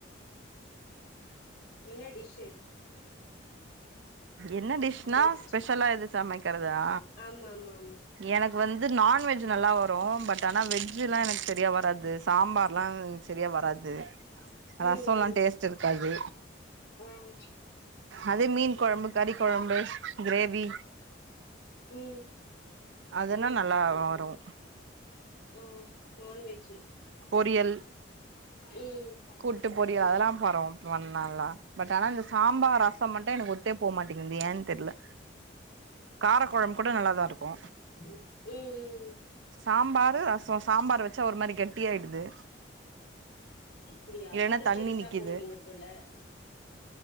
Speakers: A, on the left (about 60°); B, on the right (about 70°).
A: என்ன டிஷ்ஷு
B: என்ன டிஷ்னா
A: பெஸ்ட்
B: ஸ்பெஷலா எது சமைக்கிறதா
A: ஆமா ஆமா ஆமா
B: எனக்கு வந்து அது நான்வெஜ் நல்லா வரும் பட் ஆனா வெஜ்ஜெலாம் எனக்கு சரியா வராது சாம்பாரெலாம் சரியா வராது து
A: ம்
B: ரசமெலாம் டேஸ்ட் இருக்காது
A: ம்
B: அதே மீன் குழம்பு கறி குழம்பு கிரேவி
A: ம்
B: அதெல்லாம் நல்லா வரும்
A: ம் நான்வெஜ்
B: பொரியல்
A: ம்
B: கூட்டு பொரிய
A: அது
B: அதெல்லா
A: மாதிரி
B: பரும் பண்லால்லா பட் ஆனா இந்த சாம்பார் ரசம் மட்டு எனக்கு ஒத்தே போ மாட்டேங்கிது ஏன்னு தெர்ல காரக் கொழம்பு கூட நல்லாதாருக் போ
A: உம் உம்
B: சாம்பாரு ரசம் சாம்பார் வச்சா ஒரு மாதிரி கெட்டியாயிடுது
A: அப்படியா
B: இல்லன்னா
A: பருப்பு
B: தண்ணி
A: எக்ஸ்ட்ரா
B: நிக்கிது
A: போடுவீங்க போல